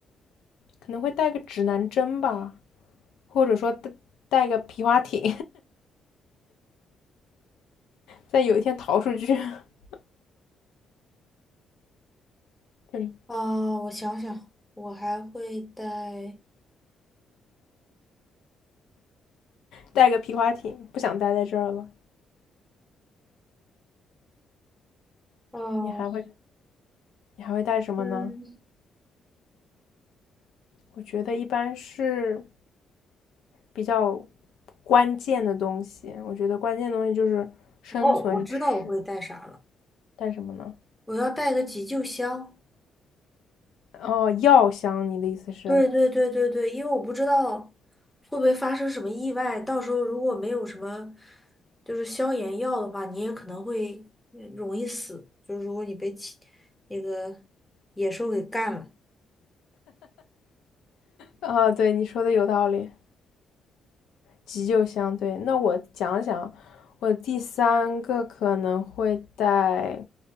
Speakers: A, on the left (about 80°); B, in the centre.
A: 可能会带个指南针吧。或者说带带个皮划艇，在有一天逃出去，<laughs> 嗯，
B: 啊、我想想，我还会带
A: 带个皮划艇，不想待在这儿了。
B: 哦，
A: 你还会你还会带什么呢？
B: 嗯，
A: 我觉得一般是比较关键的东西，我觉得关键的东西就是生存知，
B: 哦，我知道我会带啥了，
A: 识。带什么呢？
B: 我要带个急救箱。
A: 哦，药箱，你的意思是？
B: 对对对对对，因为我不知道会不会发生什么意外，到时候如果没有什么就是消炎药的话，你也可能会呃容易死，就是如果你被其那个野兽给干了，
A: 哦，对，你说的有道理，急救箱。对，那我讲讲，我第三个可能会带，